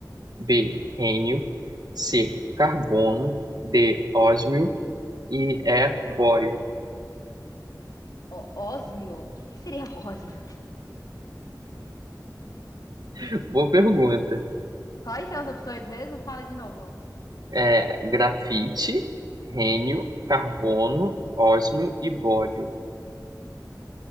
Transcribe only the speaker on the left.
Ó, ósmio? O que que seria ósmio?
Quais são as opções mesmo? Fala de novo.
Hum,